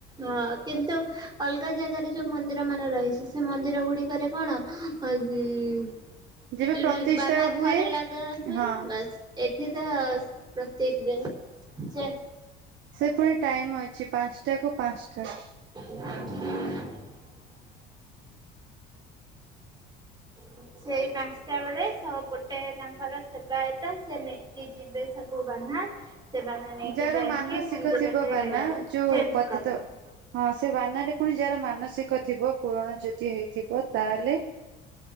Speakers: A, on the right; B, on the right.
A: ହଁ କିନ୍ତୁ ଅଲଗା ଜାଗାରେ ଯୋଉ ମନ୍ଦିର ମାନ ରହିଛି ସେ ମନ୍ଦିର ଗୁଡିକରେ କଣ <unintelligible>
B: ଯେବେ
A: ଟିରେ
B: ପ୍ରତିଷ୍ଠା
A: ବାନା
B: ହୁଏ
A: ଥରେ ଲଗା ହୁଏ
B: ହଁ
A: ବାସ୍। ଏଠି ତ ପ୍ରତ୍ୟେକ ଦିନ ଯେ
B: ସେ ପୁଣି ଟାଇମ ଅଛି ପାଞ୍ଚଟା କୁ ପାଞ୍ଚ <unintelligible>
A: <inaudible> ହୁଁ ସେଇ ପାଞ୍ଚଟା ବେଳେ ସ ଗୋଟେ ତାଙ୍କର ସେବାୟତ ସେ ନେଇକି ଯିବେ ସବୁ ବାନା ସେ ବାନା ନେଇକି
B: ଯାର
A: ଯାଇକି
B: ମାନସିକ
A: ମନ୍ଦିରରେ
B: ଥିବ ବାନା ଯୋଉ
A: ଚେଞ୍ଜ
B: ପତିତ
A: କରନ୍ତି
B: ହଁ ସେ ବାନା ରେ ପୁଣି ଯାର ମାନସିକ ଥିବ ପୂରଣ ଯଦି ହେଇଥିବ ତାହେଲେ